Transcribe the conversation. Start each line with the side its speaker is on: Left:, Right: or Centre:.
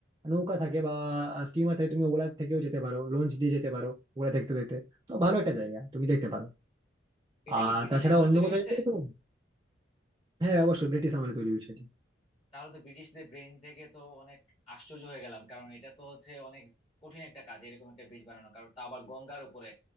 Right: নৌকা থাকে বা স্টিমার থাকে তুমি ওগুলা থেকেও যেতে পারো লঞ্চ দিয়ে যেতে পারো ওগুলা দেখতে দেখতে তো ভালো একটা জায়গা তুমি দেখতে পারো
Left: এটা
Right: আর
Left: কি ব্রিটিশ
Right: তাছাড়া
Left: আমলে
Right: অন্য
Left: তৈরি
Right: কোথাও
Left: হয়েছে
Right: যেতে পারো? হ্যাঁ অবশ্যই ব্রিটিশ আমলে তৈরি হয়েছে এটি।
Left: তাহলে তো ব্রিটিশদের ব্রেন থেকে তো অনেক আশ্চর্য হয়ে গেলাম কারণ এটা তো হচ্ছে অনেক কঠিন একটা কাজ এরকম একটা ব্রিজ বানানো কারণ তা আবার গঙ্গার উপরে